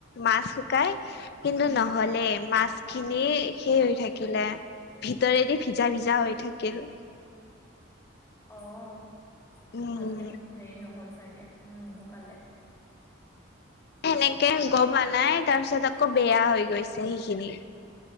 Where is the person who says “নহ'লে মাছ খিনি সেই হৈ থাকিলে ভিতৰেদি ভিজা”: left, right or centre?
Left